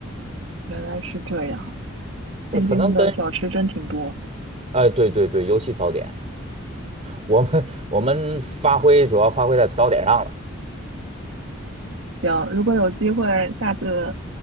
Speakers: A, on the right (about 65°); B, on the right (about 35°).
A: 原来是这样，
B: 对，
A: 天津的小吃真挺多。
B: 可能跟哎，对对对，尤其早点，我们我们发挥主要发挥在早点上了，
A: 行，如果有机会下次